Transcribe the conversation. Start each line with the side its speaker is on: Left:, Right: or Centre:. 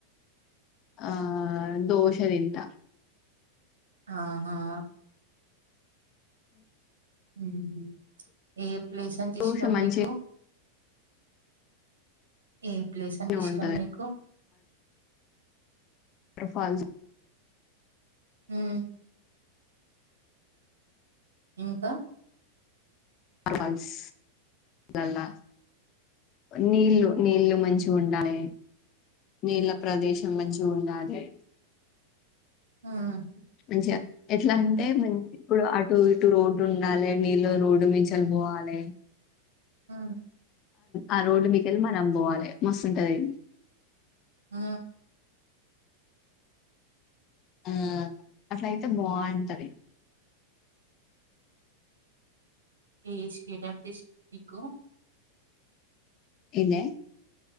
Left: ఆ దోశ తింట
Right: ఆహా ఉమ్ హుమ్ యే ప్లేస్ అంటే
Left: దోశ
Right: ఇష్టం
Left: మంచిగానే
Right: నీకు ఏ ప్లేస్ అంటే ఇష్టం
Left: ఉంటది
Right: నీకు
Left: వాటర్ ఫాల్స్
Right: ఉమ్ ఇంకా
Left: ఫాల్స్ అలా నీళ్లు నీళ్ళు మంచిగా ఉండాలి నీళ్ళ ప్రదేశం మంచిగా ఉండాలి
Right: ఉమ్
Left: మంచిగా ఎట్లా అంటే ఇప్పుడు అటు ఇటు రోడ్డు ఉండాలే నీళ్లో రోడ్డు మించెల్ పోవాలే
Right: ఆ
Left: ఆ రోడ్ మీకెళ్ళి మనం పోవాలే మస్తుంటాది
Right: ఆ
Left: ఆ అట్లయితే బాగుంటది
Right: ఏ స్టేట్ అంటే ఇష్టం మీకు
Left: ఎందే